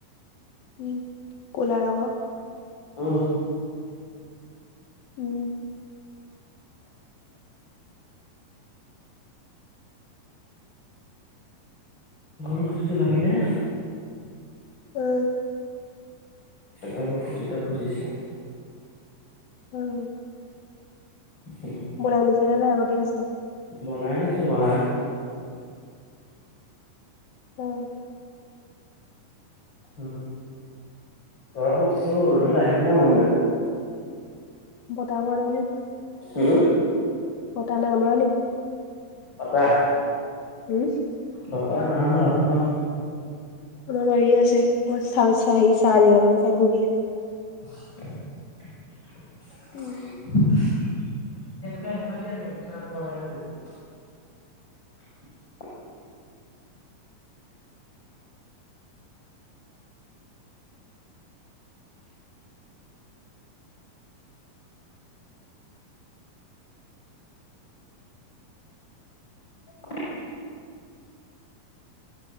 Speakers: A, on the left; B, on the left.
A: উম কুলা ৰঙৰ
B: উম।
A: উমঁ।
B: গৰুৰ খুটিটো ভাগিলে।
A: উমঁ।
B: টাকে আকৌ খুটি এটা খুজিছে।
A: উম,
B: উমঁ
A: বনাই দিছেনে নাই আগতে আছিলে
B: বনাই নিছোঁ বনাই।
A: অ।
B: উমঁ, গৰম উঠিছে অওঁ ৰদলে
A: বত
B: আহিবলে মন যোৱা
A: কা বনাইনো
B: হুম।
A: বতাহ নাই মৰা নি
B: বতাহ
A: হুম?
B: বতাহ নাই মৰা ক।
A: কোনোবা এৰিয়ে আছে, কিবা ছালচাহ হেৰি চা বুলি কয় সেইখন তাই বগীয়ে
B: <unintelligible> এটোকে হেৰি
A: উম
B: কৰি দিয়া নেকি <inaudible> <inaudible>